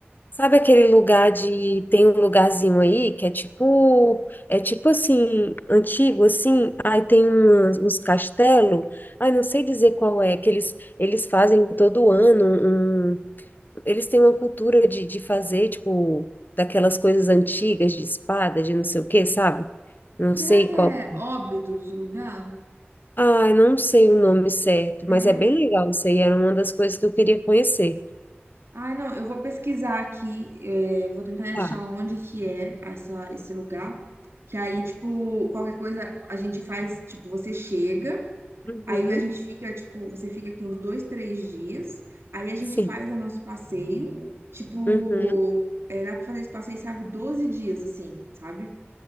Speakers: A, on the left; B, on the right.
A: Sabe aquele lugar de. Tem um lugarzinho aí que é tipo. É tipo assim, antigo, assim. Aí tem umas- uns castelos. Ai, não sei dizer qual é, que eles, eles fazem todo ano. Um, eles têm uma cultura de, de fazer, tipo, daquelas coisas antigas de espada, de não sei o quê, sabe? Não
B: Será
A: sei
B: que
A: qual.
B: é Óbidos o lugar?
A: Ai, não sei o nome certo,
B: É.
A: mas é bem legal isso aí. Era uma das coisas que eu queria conhecer.
B: Ai, não, eu vou pesquisar aqui, é, vou tentar
A: Tá.
B: achar onde que é essa, esse lugar. Que aí, tipo, qualquer coisa a gente faz, tipo, você chega,
A: Uhum.
B: aí a gente fica, tipo, você fica aqui uns dois, três dias, aí a gente
A: Sim.
B: faz o nosso passeio, tipo,
A: Uhum.
B: é, dá pra fazer esse passeio, sabe, 12 dias, assim, sabe?